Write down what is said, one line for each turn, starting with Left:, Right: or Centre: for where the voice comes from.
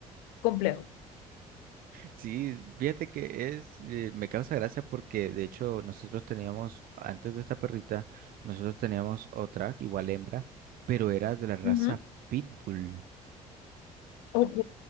Left: complejo.
Right: Sí, fíjate que es, eh, me causa gracia porque de hecho nosotros teníamos, antes de esta perrita, nosotros teníamos otra, igual hembra, pero era de la raza
Left: Ujú.
Right: Pitbull.
Left: Ok,